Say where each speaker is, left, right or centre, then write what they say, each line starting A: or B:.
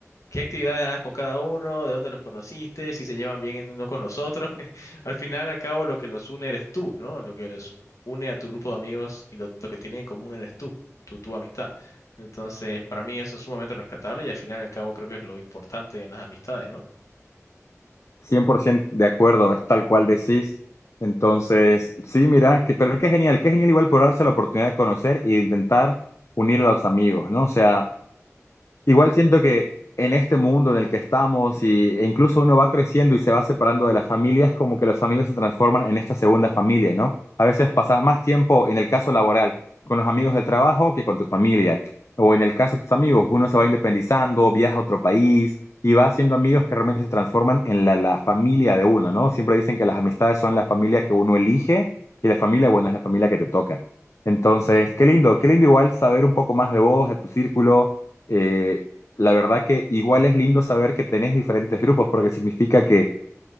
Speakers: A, on the left; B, on the left.
A: qué actividades haces con cada uno, de dónde los conociste, si se llevan bien en uno con los otros. <laughs> Al final, al cabo, lo que los une eres tú, ¿no? Lo que les une a tu grupo de amigos y lo, lo que tienen en común eres tú, tu, tu amistad. Entonces, para mí eso es sumamente rescatable y al final, al cabo, creo que es lo importante en las amistades, ¿no?
B: 100% de acuerdo, es tal cual decís. Entonces, sí, mira, que, pero qué genial, qué genial igual por darse la oportunidad de conocer e intentar unir a los amigos, ¿no? O sea, Igual siento que en este mundo en el que estamos y, e incluso uno va creciendo y se va separando de la familia, es como que los amigos se transforman en esta segunda familia, ¿no? A veces pasas más tiempo, en el caso laboral, con los amigos del trabajo que con tu familia. O en el caso de tus amigos, uno se va independizando, viaja a otro país y va haciendo amigos que realmente se transforman en la, la familia de uno, ¿no? Siempre dicen que las amistades son la familia que uno elige y la familia, bueno, es la familia que te toca. Entonces, qué lindo, qué lindo igual saber un poco más de vos, de tu círculo eh, la verdad que igual es lindo saber que tenés diferentes grupos porque significa que